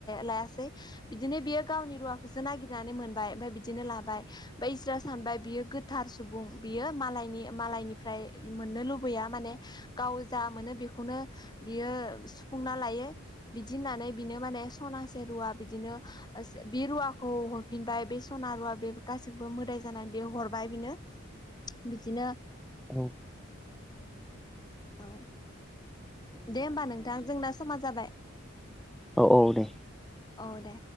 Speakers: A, on the left; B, in the centre.
A: लायासै बिदिनो बियो गावनि रुवाखौसो नागिरनानै मोनबाय ओमफाय बिदिनो लाबाय ओमफाय इसोरा सानबाय बियो गोथार सुबुं बियो मालायनि मालायनिफ्राय मोननो लुबैया माने गाव जा मोनो बेखौनो बियो सुफुंना लायो। बिदि होननानै बिनो माने सनासे रुवा बिदिनो बे रुवाखौ हरफिनबाय बे सना रुवा बे गासैबो मोदाय जानानै बे हर बाय बिनो बिदिनो
B: औ
A: औ दे होमबा नोंथां जोंना समा जाबाय
B: औ औ दे
A: औ दे